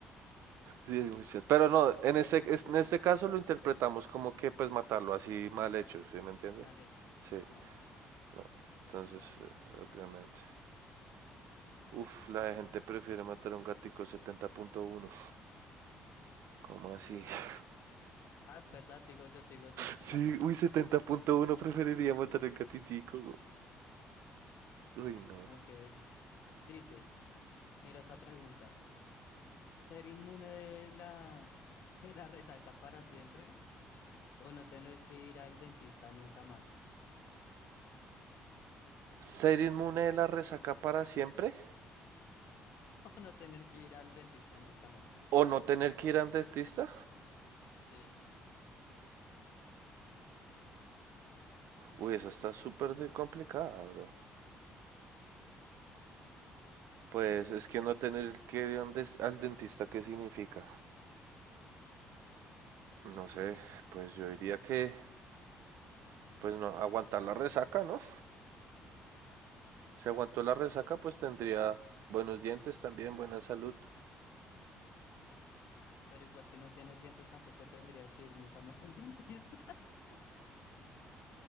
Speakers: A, on the right; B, on the left.
A: Sí, es muchas. Pero no, en este, es- en este caso lo interpretamos como que pues matarlo así mal hecho, ¿sí me entiende?
B: Mal hecho.
A: Sí,
B: No, no, no.
A: no.
B: Para
A: Entonces,
B: nada.
A: eh, obviamente. Uf, la gente prefiere matar a un gatico setenta punto uno. ¿Cómo así? <laughs>
B: Ah, verdad, sigo yo, sigo yo.
A: Sí,
B: <laughs>
A: uy, setenta punto uno preferiría matar a un gatitico. güey. Uy, no.
B: Ok. Dice, mira esta pregunta. ¿Ser inmune de la... <laughs> de la resaca para siempre? ¿O no tener que ir al dentista nunca más?
A: ¿Ser inmune de la resaca para siempre?
B: <laughs> ¿O no tener que ir al dentista nunca más?
A: ¿O no tener que ir a un dentista?
B: Sí.
A: Uy, esa está súper de- complicada, bro. Pues es que no tener que ir a un des- al dentista, ¿qué significa? No sé, pues yo diría que pues no aguantar la resaca, ¿no? Si aguantó la resaca, pues tendría buenos dientes también, buena salud.
B: Pero igual si no tienes dientes tampoco tendrías que ir nunca más al dentista.